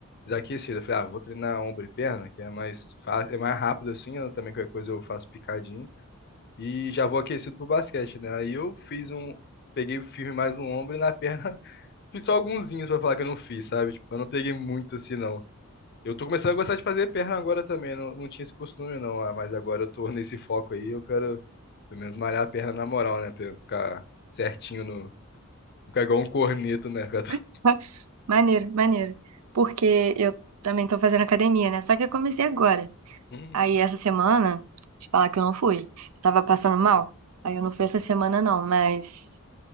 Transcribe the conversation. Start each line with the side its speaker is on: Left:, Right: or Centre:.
Left: desaquecido. Eu falei, ah, vou treinar ombro e perna, que é mais fácil, é mais rápido assim, eu também qualquer coisa eu faço picadinho. E já vou aquecido pro basquete, né? Aí eu fiz um. Peguei firme mais no ombro e na perna <laughs> fiz só alguinzinhos pra falar que eu não fiz, sabe? Tipo, eu não peguei muito assim, não. Eu tô começando a gostar de fazer perna agora também, não, não tinha esse costume não, ah, mas agora eu tô <laughs> nesse foco aí, eu quero pelo menos malhar a perna na moral, né? Pra ficar certinho no. Ficar igual um corneto, né? Ficar todo- <laughs>
Right: <laughs> Maneiro, maneiro. Porque eu também tô fazendo academia, né? Só que eu comecei agora.
Left: Hum,
Right: Aí essa semana, te falar que eu não fui. Eu tava passando mal. Aí eu não fui essa semana, não, mas.